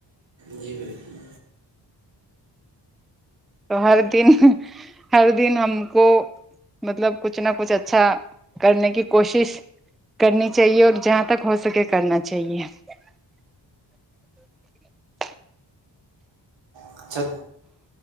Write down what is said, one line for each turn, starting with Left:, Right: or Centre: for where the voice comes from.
Right: جی بالکل
Centre: تو ہر دن ہر دن ہم کو مطلب کچھ نہ کچھ اچھا کرنے کی کوشش کرنی چاہیے اور جہاں تک ہو سکے کرنا چاہیے <unintelligible>
Right: اچھا